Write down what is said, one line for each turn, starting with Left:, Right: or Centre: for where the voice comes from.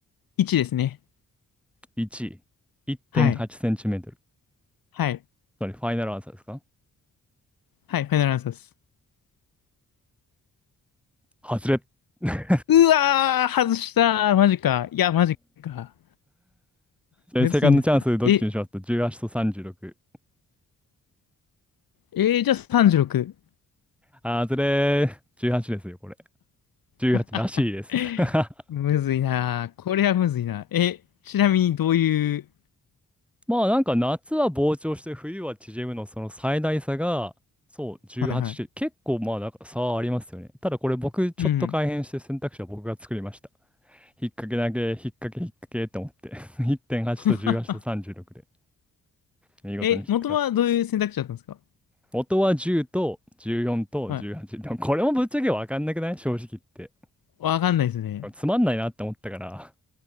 Left: 1ですね。
Centre: 1、1.8センチメートル。
Left: はい。はい。
Centre: それファイナルアンサーですか
Left: はい、ファイナルアンサーです。
Centre: 外れ。<laughs>
Left: うわー、外したー。マジか。いや、マジか。
Centre: じゃあセカンドチャンスどっちにしますと18と36。
Left: むずいな。え、えーじゃあ36。
Centre: あずれー。18ですよ、これ。18らしいです。
Left: <laughs>
Centre: <laughs>
Left: むずいな。これはむずいな。え、ちなみにどういう、
Centre: まあなんか夏は膨張して冬は縮むのその最大差が、そう、18って結構まあなんか差はありますよね。
Left: はいはい。
Centre: ただこれ僕ちょっと改変して選択肢は僕が作りました。
Left: うん。
Centre: 引っ掛けだけ、引っ掛け、引っ掛けって思って。<laughs> 1.8と18と36で
Left: <laughs>
Centre: 見事に引っ掛か
Left: え、元はどういう選択肢だったんですか
Centre: 元は10と14と18。
Left: はい。
Centre: でもこれもぶっちゃけわかんなくない正直言って。
Left: わかんないですね。
Centre: つまんないなって思ったから。